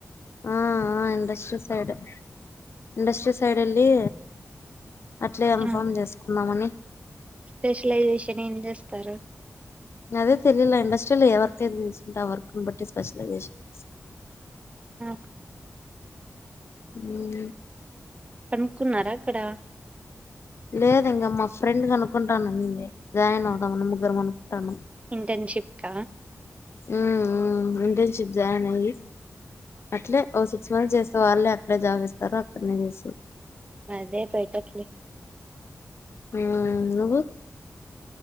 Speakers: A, on the left (about 50°); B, on the right (about 25°).
A: ఆ ఆ ఇండస్ట్రీ సైడ్, ఇండస్ట్రీ సైడ్ ఎల్లి అట్లే ఎంఫ్మ్
B: ఆ
A: చేసుకున్నామని
B: స్పెషలైజేషన్ ఏం చేస్తారు?
A: అదే తెలిలే ఇండస్ట్రీ లే ఎవరికైనా తీసుకుంటే వరకు బట్టటి స్పెషలైజేషన్స్
B: ఆ
A: ఉ హ
B: కనుక్కున్నారా అక్కడ
A: లేదు ఇంకా మా ఫ్రెండ్ కనుకుంటాననింది, జాయిన్ అవుదాం ముగ్గరం అనుకుంటాను.
B: ఇంటర్న్షిప్ క
A: మ్మ్ మ్మ్ ఇంటర్న్షిప్ జాయిన్ అయ్యి, అట్లే ఓ సిక్స్ మంత్స్ చేస్తే, వాళ్ళే అక్కడే జాబ్ ఇస్తారో అక్కడనే చేసే
B: అదే బెటర్లే
A: ఆ నువ్వు